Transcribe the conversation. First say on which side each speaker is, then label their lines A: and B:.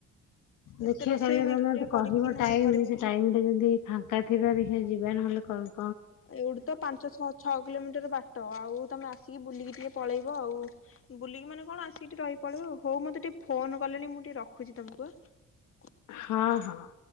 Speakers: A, on the left; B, on the left.
A: ଦେଖିଆ
B: ଏତେ ରୋଷେଇ
A: କାଲି
B: ମୁଁ
A: ତମେ
B: ଏକୁଟିଆ
A: ମତେ କହିବ
B: କରିବି କି ନାହିଁ
A: ଟାଇମ
B: କରିପାରିବି।
A: ସେ ଟାଇମି ଟା ଯଦି ଫାଙ୍କା ଥିବବି ଯିବା ନହେଲେ କର
B: ଏଇଠୁ ତ ପାଞ୍ଚ ଛଅ ଛଅ କିଲୋମିଟର ବାଟ, ଆଉ ତମେ ଆସିକି ବୁିଲିକି ଟିକେ ପଳେଇ ଆଉ ବୁଲିକି ମାନେ କଣ ଆସି ସେଠି ରହି ପଳିବ ହଉ, ମତେ ଟିକେ ଫୋନ କଲେଣି, ମୁଁ ଟିକେ ରଖୁଛି ତମକୁ ଆ
A: ହଁ, ହଁ